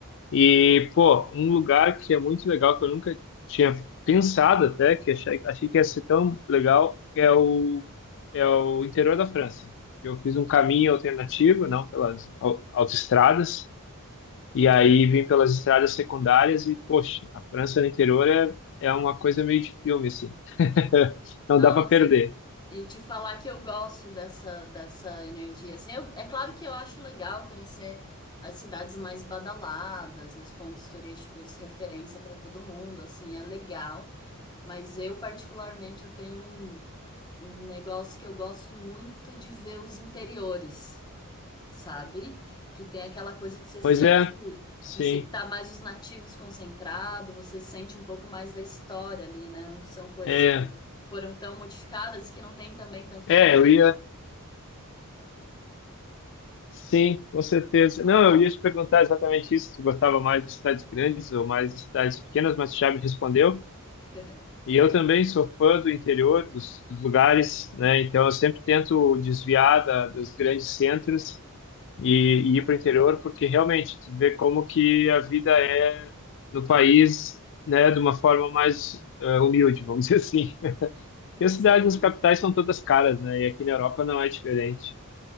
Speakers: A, on the left; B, on the left.
A: E, pô, um lugar que é muito legal, que eu nunca tinha pensado até, que achei, achei que ia ser tão legal, é o, é o interior da França. Eu fiz um caminho alternativo, não pelas au- autoestradas, e aí vim pelas estradas secundárias e, poxa, a França no interior é, é uma coisa meio de filme, assim. <laughs> Não
B: Nossa,
A: dá para perder.
B: E te falar que eu gosto dessa, dessa energia. Assim, eu- é claro que eu acho legal conhecer as cidades mais badaladas e os pontos turísticos referência para todo mundo. Assim, é legal. Mas eu, particularmente, eu tenho um, um negócio que eu gosto muito de ver os interiores sabe? Que tem aquela coisa que você sente
A: Pois é,
B: que,
A: sim.
B: que você tá mais os nativos concentrado, você sente um pouco mais da história ali, né? Não são coisas
A: É,
B: que foram tão modificadas e que não tem também tanto
A: é,
B: turismo
A: eu ia. Sim, com certeza. Não, eu ia te perguntar exatamente isso, se gostava mais de cidades grandes ou mais de cidades pequenas, mas tu já me respondeu.
B: <laughs>
A: E eu também sou fã do interior, dos, dos lugares, né? Então eu sempre tento desviar da, dos grandes centros e, e ir para o interior, porque realmente tu vê como que a vida é no país, né, de uma forma mais eh, humilde, vamos <laughs> dizer assim. E as
B: Sim.
A: cidades nas capitais são todas caras, né? E aqui na Europa não é diferente.